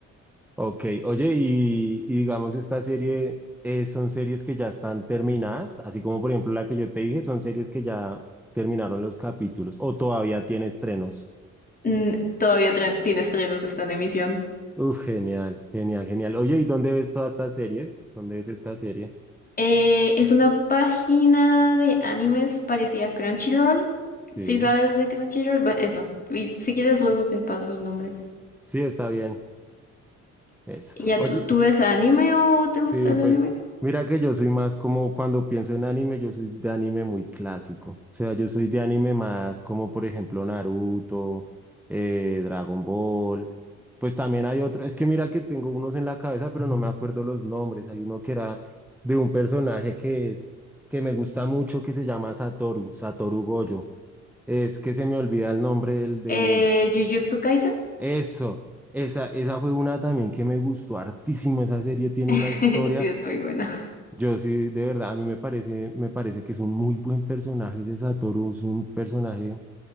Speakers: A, in the centre; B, on the left.
A: Ok, oye, y, y digamos, esta serie eh, son series que ya están terminadas, así como por ejemplo la que yo te dije, son series que ya terminaron los capítulos o todavía tiene estrenos.
B: Mm, todavía tra- tiene estrenos, está en emisión.
A: Uf, genial, genial, genial. Oye, ¿y dónde ves todas estas series? ¿Dónde ves esta serie?
B: Eh, es una página de animes parecida a Crunchyroll.
A: Sí,
B: Si sabes de Crunchyroll, Bueno, eso. Y si quieres luego te paso el nombre.
A: sí, está bien. Eso.
B: ¿Y ya
A: Oye,
B: tú, tú ves anime o te gusta
A: Sí,
B: el
A: pues
B: anime?
A: mira que yo soy más como cuando pienso en anime, yo soy de anime muy clásico. O sea, yo soy de anime más como por ejemplo Naruto, eh, Dragon Ball. Pues también hay otro, es que mira que tengo unos en la cabeza, pero no me acuerdo los nombres. Hay uno que era de un personaje que es que me gusta mucho que se llama Satoru, Satoru Gojo. Es que se me olvida el nombre del, del...
B: Eh, Jujutsu Kaisen.
A: Eso, esa, esa fue una también que me gustó hartísimo. Esa serie tiene
B: <laughs>
A: una historia.
B: Sí, es muy buena.
A: Yo sí, de verdad, a mí me parece, me parece que es un muy buen personaje ese Satoru, es un personaje,